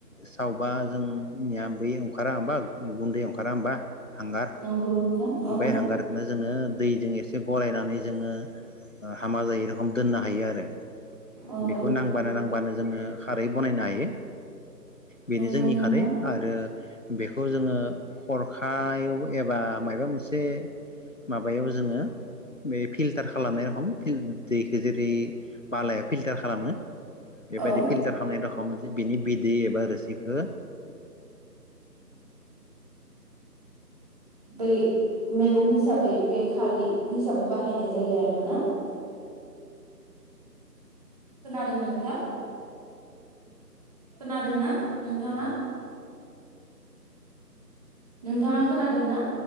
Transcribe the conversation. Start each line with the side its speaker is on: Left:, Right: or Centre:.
Left: सावबा जोंनिया बै ओंखारा होमबा गुन्दै ओंखारा होमबा हांगार
Right: नंगौ नोंथां औ
Left: बे हांगारखौनो जोङो दैजों एसे गरायनानै जोङो ओ हामा जायै रखोम दोननो हायो आरो
Right: औ
Left: बेखौ
Right: औ
Left: नांबानो नांबानो जोङो खारै बानायनो हायो बेनो
Right: नंगौ
Left: जोंनि
Right: नोंथां
Left: खारै आरो बेखौ जोङो हरखायाव एबा माबा मोनसे माबायाव जोङो बे फिल्टार खालामनाय रखम दै गेजेरै बालाय फिल्टार खालामो बेबायदि
Right: औ
Left: फिल्टार खालामनाय दं बिनि बिदै एबा रोसिखौ
Right: बे मैगं हिसाबै बे खारै हिसाबै बाहायनाय जायो आरो ना खोनादों नोंथां खोनादोंना नोंथाङा नोंथाङा खोनादोंना